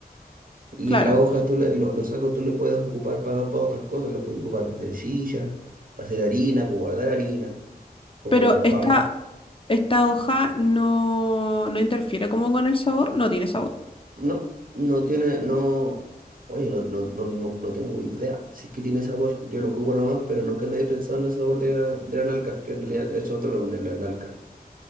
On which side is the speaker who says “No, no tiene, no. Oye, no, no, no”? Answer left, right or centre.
Right